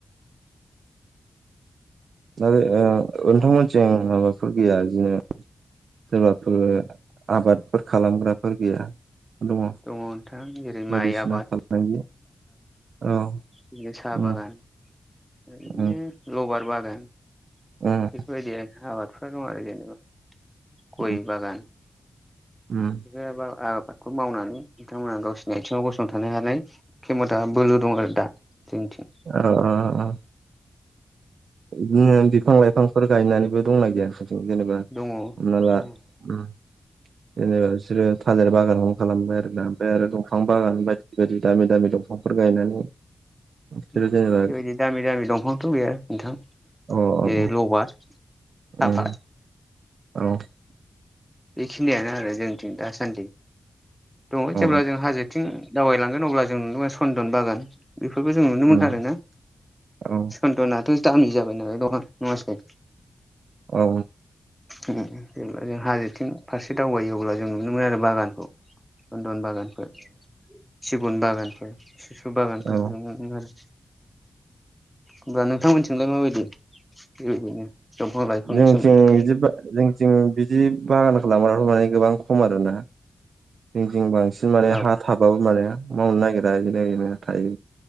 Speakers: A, on the right; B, in the centre.
A: ओ आरो नोंथांमोनिथिं माबाफोर गैया बिदिनो सोरबाफोर आबादफोर खालामग्राफोर गैया। दङ बायदिसिना
B: नोंथां जेरै माइ आबाद
A: फालांगि औ।
B: बि साहा
A: उम
B: बागान बिनो
A: उम
B: लबार बागान बागान
A: उम
B: बेफोरबायदि आबादफ्रा दं आरो जेनेबा गय
A: उम
B: बागान
A: उम
B: बेफोर आबादखौ मावनानै बिथांमोनहा गावसोरनि आथिङाव गसंथानाय हालाय खेमथा बोलो दं आरो दा जोंनिथिं
A: ओ ओ बिदिनो बिफां लाइफांफोर गायनानैबो दंना गैया? ज जेनेबा हमनाला
B: दङ दङ
A: उम जेनेबा बिसोरो थालिर बागानखौ खालामबाय आरोना‌। ओमफ्राय आरो दंफां बागान बाय बेबायदि दामि दामि दंफांफोर गायनानै बिसोरो
B: बेबायदि
A: जेनेबा
B: दामि दामि दंफांथ' गैया नोंथां।
A: अ अ
B: बे लबार साफात
A: उम, औ।
B: बेखिनियानो आरो जोंनिथिं दासान्दि। दङ
A: अ
B: जेब्ला जों हाजोथिं दावबायलांगोन अब्ला जों नुदोंमोन सनन्दन बागान बेफोरखौ जों नुनो
A: अ
B: मोनो आरोना।
A: उम औ
B: सन्दनाथ' दामि जाबाय नालाय <unintelligible> नङासै।
A: औ।
B: जेब्ला जों हाजोथिं फारसे दावबायो अब्ला जों नुनो मोनो आरो बागानखौ। न बागानफोर, सिगुन बागानफोर, सिसु बागानफोरखौ
A: ओ औ
B: जों नुनो मोनो आरो होमबा नोंथांमोननिथिंलाय माबायदि, <unintelligible> लाइफांनि
A: जोंथि
B: सोमोन्दै
A: बिदिब जोंथिं बिदि बागानखौ <unintelligible> गोबां खम आरोना। जोंं बां सिन माने
B: औ
A: हा थाबाबो माने मावनो नागिरा। <unintelligible> थायो।